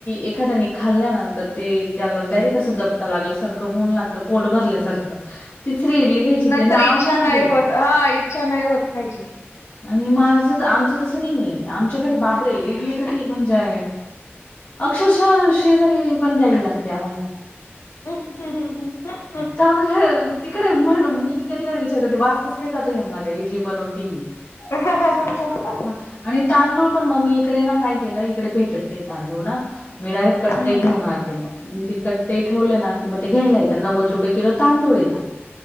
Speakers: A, on the left (about 45°); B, on the left (about 85°).
A: एखाद्याने खाल्ल्या ना तर ते त्याला डायरेक्ट अस द लाग सार होऊन लागत पोट भरल्या सारख तिसरी इडली घ्यायची ते
B: तर
A: नाव
B: इच्छा नाही
A: घेत
B: होत हा इच्छा नाही होत खायची
A: आणि माझ आमचं तसं नाहीये आमच्याकडे बापरे इडली झाली म्हणजे अक्षरशः शेजारी पण द्यावी लागते आम्हाला
B: हम् हम् हम
A: का बरं, ह.. तिकडे म्हण मी कधी कधी विचार करते वास कस काही जातो यांना का इडली बनवते ही
B: ह ह ह
A: ह आणि तांदूळ पण मग मी इकडे ना काय केलं इकडे भेटत नाही तांदूळ ना मिणारे कट्टे
B: हम्म.
A: घेऊणार ते मग ते कट्टे ठेवले ना किंवा ते घ्यायला येत नव्वद रुपये किलो तांदूळ येतो